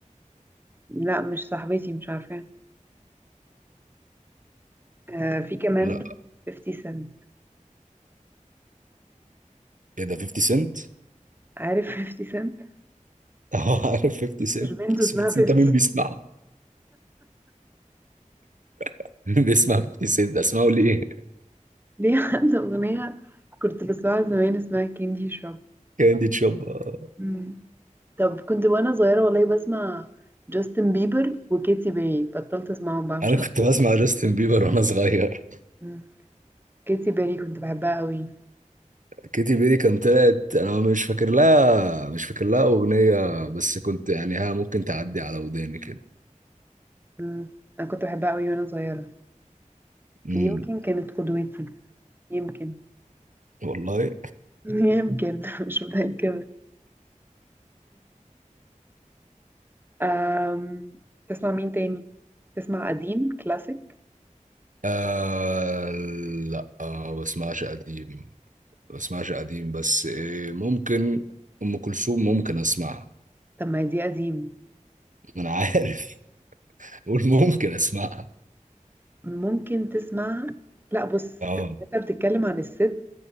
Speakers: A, on the right; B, on the right.
A: لا مش صاحبتي مش عارفه آه في كمان
B: لا
A: 50 سنت
B: ايه ده 50 سنت؟
A: عارف 50 سنت
B: <laughs> اه عارف 50
A: أكيد
B: سنت
A: مش بنت
B: بس
A: اسمها
B: 50 سنت
A: 50 سنت
B: ده مين بيسمعه؟ <laughs> مين بيسمع 50 سنت ده اسمعه ليه؟
A: ليه عنده أغنية كنت بسمعها زمان اسمها كاندي شوب
B: <laughs> كاندي تشوب آه.
A: مم. طب كنت وأنا صغيرة والله بسمع جاستن بيبر وكيتي بيري بطلت أسمعهم بقى مش
B: انا كنت
A: عارفة
B: بسمع جاستن بيبر وانا صغير
A: مم. كيتي بيري كنت بحبها قوي
B: كيتي بيري كان طلعت انا مش فاكر لها مش فاكر لها اغنيه بس كنت يعني ها ممكن تعدي على وداني كده
A: مم. أنا كنت بحبها قوي وأنا صغيرة
B: امم
A: يمكن كانت قدوتي يمكن
B: والله
A: <laughs> يمكن <laughs> مش متأكدة أم... تسمع مين تاني؟ تسمع قديم كلاسيك؟
B: آه لا آه بسمعش قديم بسمعش قديم بس إيه ممكن ام كلثوم ممكن اسمعها
A: طب ما دي قديم
B: ما انا عارف <laughs> قول ممكن اسمعها
A: ممكن تسمعها لا بص
B: اه
A: انت بتتكلم عن الست